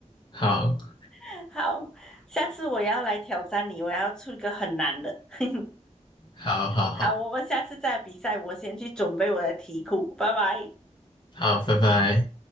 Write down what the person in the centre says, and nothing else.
<laughs> 好，下次我要来挑战你，我要出一个很难的。<laughs>
好，我们下次再比赛，我先去准备我的题库，拜拜。